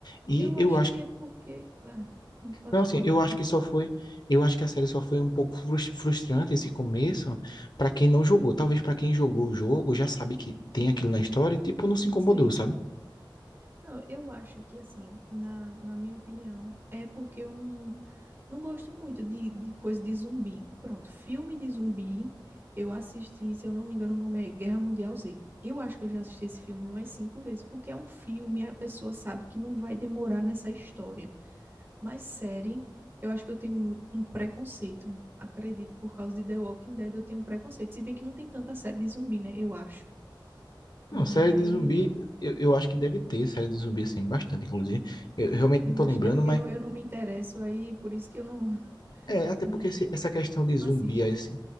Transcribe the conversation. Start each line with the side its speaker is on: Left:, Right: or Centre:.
Left: E
Right: Eu
Left: eu
Right: acho
Left: acho
Right: que é porque. Ah, con- pode
Left: não, assim,
Right: falar.
Left: eu acho que só foi, eu acho que a série só foi um pouco frus- frustrante esse começo pra quem não jogou. Talvez pra quem jogou o jogo já sabe que tem aquilo na história e tipo não se incomodou,
Right: Sim.
Left: sabe?
Right: Não, eu acho que, assim, na, na minha opinião, é porque eu não, não gosto muito de, de coisa de zumbi. Pronto, filme de zumbi, eu assisti, se eu não me engano, o nome é Guerra Mundial Z. Eu acho que eu já assisti esse filme umas cinco vezes, porque é um filme, a pessoa sabe que não vai demorar nessa história. Mas série, eu acho que eu tenho um, um preconceito, acredito, por causa de The Walking Dead, eu tenho um preconceito. Se bem que não tem tanta série de zumbi, né? Eu acho. Mas
Left: Não, série de zumbi, eu, eu acho que deve ter série de zumbi assim bastante, inclusive. Eu realmente
Right: Eu
Left: não tô
Right: acho
Left: lembrando,
Right: que é porque
Left: mas
Right: não, eu não me interesso aí, por isso que eu não, <laughs>
Left: é até
Right: não,
Left: porque esse- essa questão de
Right: não
Left: zumbi
Right: assisto.
Left: aí, assim,